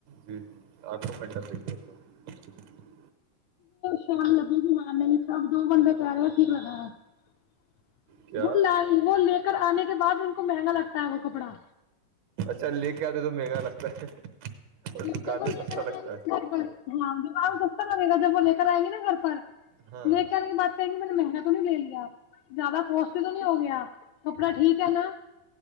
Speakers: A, on the right; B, on the left.
A: جی جی آپ کو پن <unintelligible>
B: شان لگے گی ہاں نہیں سب دو بند کہہ رہے ٹھیک ل رہا ہے <unintelligible>
A: کیا
B: بول بولے <unintelligible> آنے کے بعد ان کو مہنگا لگتا ہے وہ کپڑا
A: اا لی کے کیا تھا تو مہگاا لگتا <unintelligible>
B: بیٹے
A: دکان
B: کو
A: پہ
B: لے
A: سستا
B: کر
A: لگتا
B: آ جائیں گی نا
A: ہے
B: گھر پرؤ تو <unintelligible> مے گ جبے کر آیں گی ن گھر پر <unintelligible>
A: ہاں
B: نہیں کرنے کی باتیں گی م نے مہنگ <unintelligible> نہیں لے لیا زیادہ کوسٹ تو نہیں ہو گیا کپڑا ٹھیک ہے نا